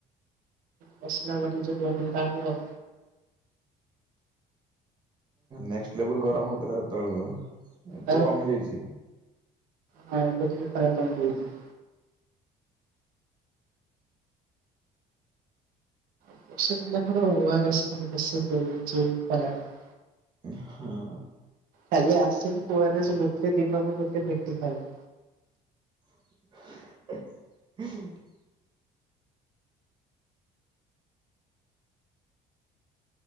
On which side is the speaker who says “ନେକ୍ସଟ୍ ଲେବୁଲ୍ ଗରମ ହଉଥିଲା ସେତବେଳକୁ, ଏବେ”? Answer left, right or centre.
Right